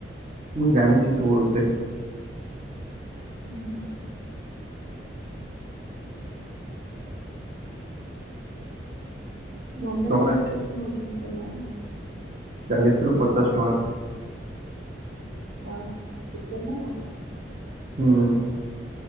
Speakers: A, on the right; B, on the right.
A: ମୁଁ ଜାଣିଚି ସବୁ ରୋଷେଇ।
B: ଉଁ ହୁଁ। ମମ୍ ମମ୍
A: ତମେ
B: ପ୍ଲେଟ୍ କେତ୍ ନଉଛନ୍ତି ତମ ଆଡେ?
A: ଚାଳିଶ ରୁ ପଚାଶ ଟଆଁ।
B: ହ ଏତେ ମଲା।
A: ହୁଁଉଁ।